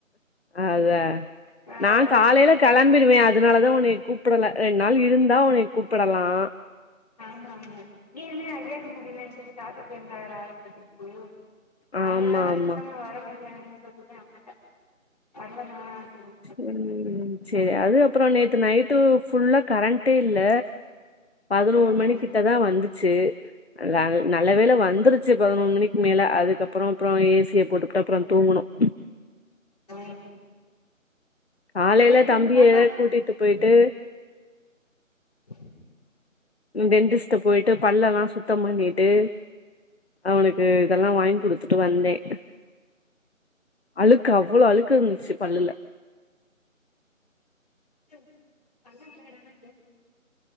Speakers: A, on the left (about 50°); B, on the left (about 30°).
A: அத
B: நா
A: நான்
B: வரலமா
A: காலையில
B: ன்ட்டே
A: கிளம்பிடுவேன் அ அதனாலதான் உனை கூப்பிடல ரெண்டு நாள் இருந்தா உனனை கூப்பிடலாம்
B: ஆமா மா ஏனமே அஐியாக்க முடியலன்ன சொல்லிட்டு ஆத்த பேய்ருந்த ஆ உம் அதனால
A: ஆமா
B: நான்
A: ஆமா
B: சுத்தமா வரமுடில சொல்லிட்டுதா உட்டுட்ட <unintelligible>
A: உம் சரி அது அப்புறம் நேத்து நைட்டு ஃபுல்லா கரண்டே இல்ல பதினோரு
B: ம்
A: மணி கிட்ட தான் வந்துச்சு ரா நல்லவேல வந்துருச்ச சி பதினொன்னு மணிக்கு மேல அதுக்கப்புறம் அப்புறம் ஏசிய போட்டுபுட்டு அப்புறம் தூங்கணும்
B: <inaudible>
A: காலையில
B: அதே இப்ப
A: தம்பிய
B: இந்த மாசோ
A: கூட்டிட்டு போயிட்டு
B: ஹ
A: ரெண்ட்டிச்ட போயிட்டு பல் எல்லாம் சுத்தம் பண்ணிட்டு அவனுக்கு இதெல்லாம் வாங்கி குடுத்துட்டு வந்தேன் அழுக்கு அவ்வளோ அழுக்கு இந்துச்சு பல்லுல
B: ம் பங்கரனா